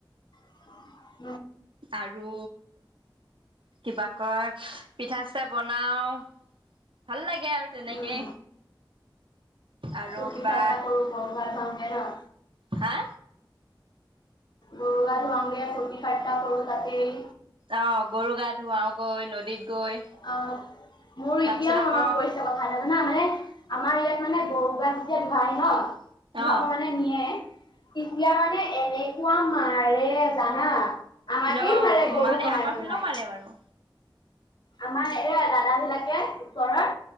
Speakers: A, on the left; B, on the right.
A: <inaudible>
B: আৰু কিবা কয়, পিঠা-চিঠা বনাও, ভাল লাগে আৰু তেনেকে,
A: উম
B: আৰু
A: ফূৰ্তি
B: কিবা,
A: ফাৰ্তা কৰো গৰু গা ধুৱাওঁগে ন
B: হা?
A: গৰু গা ধুৱাওঁগে, ফূৰ্তি-ফাৰ্তা কৰোঁ, তাকেই
B: অ গৰু গা ধুৱাও গৈ নদীত গৈ
A: এ মোৰ
B: তাৰপিছত
A: এতিয়া মনত
B: আকৌ
A: পৰিছে কথা জানা মানে, আমাৰ ইয়াত মানে গৰু গ হে, ধুৱাই ন? <unintelligible>
B: অ'
A: মানে, নিয়ে তেতিয়া মানে এনেকুৱা মাৰে জানা আমাকে
B: ন
A: মাৰে, গৰু বনাই-বনাই
B: আমাৰ ফালেও মাৰে বাৰু
A: আমাৰ এইয়া, দাদাবিলাকে ওপৰৰ,